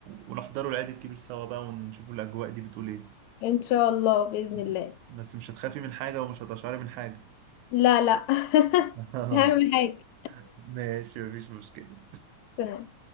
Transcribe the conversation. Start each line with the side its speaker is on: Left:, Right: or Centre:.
Right: ونحضروا العيد الكبير سوا بقى ونشوفوا الأجواء دي بتقول إيه
Left: إن شاء الله بإذن
Right: م.
Left: الله
Right: بس مش هتخافي من حاجة ومش هتشعري من حاجة
Left: لا لا <laughs>
Right: <laughs> خلاص
Left: أهم حاجة
Right: ماشي مفيش مشكلة
Left: تمام.